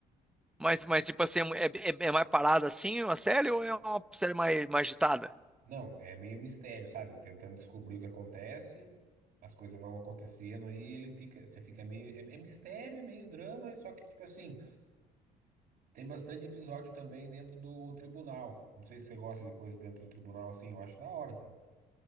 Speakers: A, in the centre; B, on the right.
A: Mas, mas tipo assim, é, é- é é mais parada assim uma série ou é uma série mais, mais agitada?
B: Não, é meio mistério, sabe? Tentando descobrir o que acontece, as coisas vão acontecendo aí ele fica, você fica meio, é, é mistério e meio drama, só que tipo assim, tem bastante episódio também dentro do tribunal. Não sei se você gosta de coisa dentro do tribunal assim, eu acho da hora, cara.